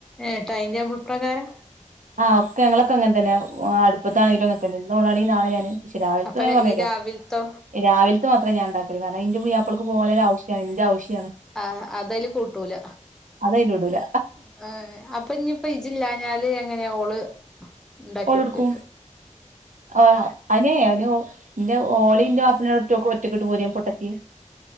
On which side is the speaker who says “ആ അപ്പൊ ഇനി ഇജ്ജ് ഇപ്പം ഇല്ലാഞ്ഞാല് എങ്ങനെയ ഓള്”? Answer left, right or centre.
Centre